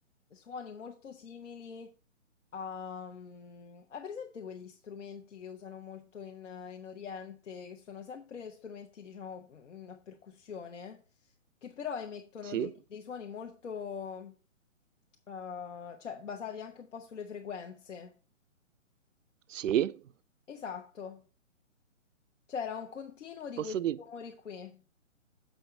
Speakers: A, on the left (about 70°); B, on the right (about 75°).
A: suoni molto simili a... mm, Hai presente quegli strumenti che usano molto in, in Oriente, che sono sempre strumenti, diciamo, mm, a percussione, che però emettono
B: Sì?
A: dei, dei suoni molto... eh, cioè basati anche un po' sulle frequenze.
B: Sì?
A: Esatto. C'era un continuo di
B: Posso
A: questi
B: dire...
A: rumori qui.